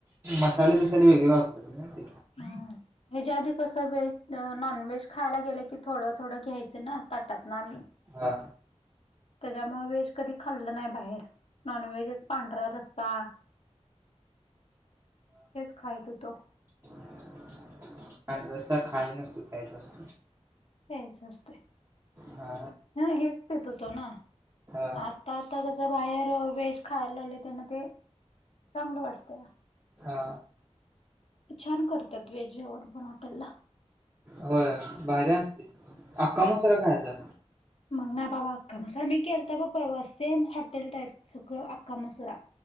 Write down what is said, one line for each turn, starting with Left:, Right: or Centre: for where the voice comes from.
Right: मसाले बीसाले वेगळे वापरता ना ते.
Left: हा! हेच्या आधी कसं व्हेज, नॉन व्हेज खायला गेलं की थोडं थोडं घ्यायचं ना ताटातन आम्ही.
Right: हा!
Left: त्याच्यामुळ व्हेज कधी खाल्लं नाही बाहेर. नॉनव्हेजच पांढरा रस्सा हेच खायत होतो.
Right: पांढरा रस्सा खायचा नसतोय, प्यायचा असतोय.
Left: प्यायचा असतोयं
Right: हा
Left: हा हेच पीत होतो ना.
Right: हा
Left: आता आता कस बाहेर व्हेज खायला लागलोय त्यान ते. चांंगलं वाटतया.
Right: हा
Left: छान करत्यात व्हेज जेवण पण हॉटेलला
Right: होय भारी असतय अक्का मसुरा खायचा
Left: मला नाही बाबा अख्खा मसुरा मी केलता बघ परवा सेम हॉटेल टाईप सगळ अख्का मसुरा